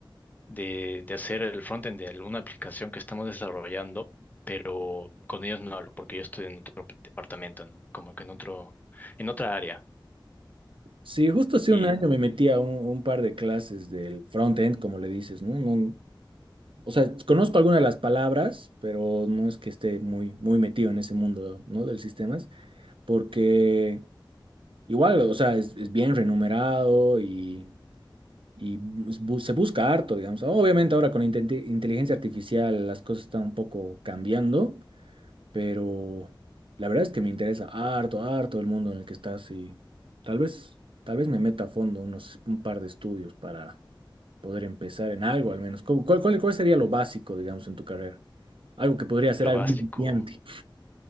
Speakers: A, on the left; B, on the right.
A: de, de hacer el frontend de alguna aplicación que estamos desarrollando, pero con ellos no hablo, porque yo estoy en otro departamento, ¿no? Como que en otro, en otra área.
B: Sí, justo hace
A: Y
B: un año me metí a un, un par de clases del front-end, como le dices, ¿no? No- o sea, conozco algunas de las palabras, pero no es que esté muy, muy metido en ese mundo, ¿no? Del sistemas, porque igual, o sea, es, es bien renumerado y, y bu- se busca harto, digamos. Obviamente ahora con la inte- inteligencia artificial las cosas están un poco cambiando, pero la verdad es que me interesa harto, harto el mundo en el que estás y tal vez, tal vez me meta a fondo unos, un par de estudios para poder empezar en algo al menos. ¿Cómo- ¿Cuál, cuál, cuál sería lo básico, digamos, en tu carrera? Algo que podría ser
A: lo
B: algo
A: básico.
B: iniciante.